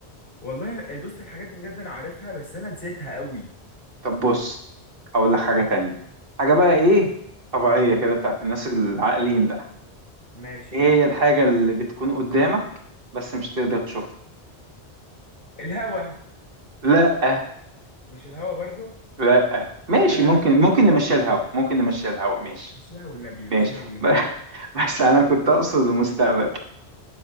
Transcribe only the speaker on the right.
طب بص هقول لك حاجة
تانية حاجة بقى
إيه طبيعية كده بتاعت الناس العاقلين بقى
إيه
هي الحاجة اللي بتكون قدامك بس مش تقدر تشوفها
لأ
لأ ماشي
ممكن
ممكن
نمشي الهوا ممكن نمشي الهوا ماشي
ماشي
ب- <laughs> بس أنا كنت أقصد المستقبل